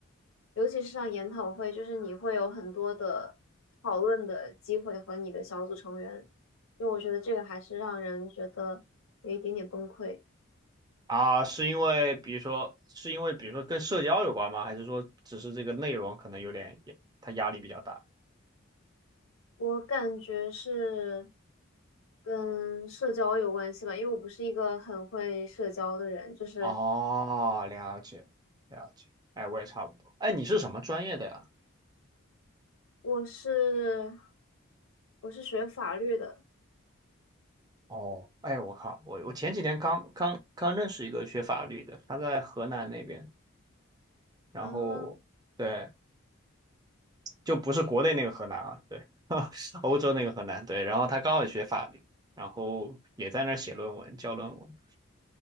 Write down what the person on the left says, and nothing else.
尤其是像研讨会，就是你会有很多的讨论的机会和你的小组成员，因为我觉得这个还是让人觉得有一点点崩溃。
我感觉是跟社交有关系吧，因为我不是一个很会社交的人，就是
我是我是学法律的
啊，